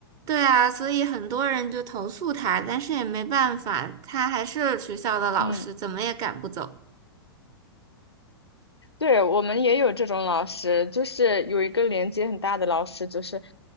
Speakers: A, on the right; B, on the left.
A: 对啊，所以很多人就投诉他，但是也没办法，他还是学校的老师，
B: 嗯。
A: 怎么也赶不走。
B: 对，我们也有这种老师，就是有一个年纪很大的老师，就是